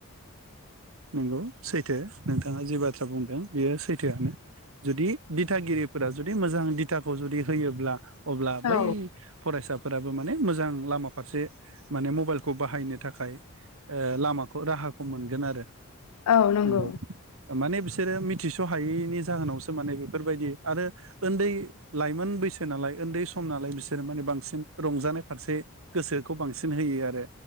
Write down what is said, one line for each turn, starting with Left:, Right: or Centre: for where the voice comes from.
Right: नंगौ सैथो नोंथाङा जि बाथ्रा बुंदों बेयो सैथोआनो जुदि दिथागिरिफोरा जुदि मोजां दिथाखौ जुदि होयोब्ला अब्ला बै
Left: औ
Right: फरायसा फोराबो माने मोजां लामा फारसे माने मबाइलखौ बाहायनो थाखाय ओ लामाखौ राहाखौ मोनगोन आरो
Left: औ नंगौ
Right: नोंगौ माने बिसोरो मिथिस' हायैनि जाहोनावसो माने बेफोरबायदि आरो उन्दै लाइमोन बै बैसो नालाय उन्दै सम नालाय बिसोरो माने बांसिन रंजानाय फारसे गोसोखौ बांसिन होयो आरो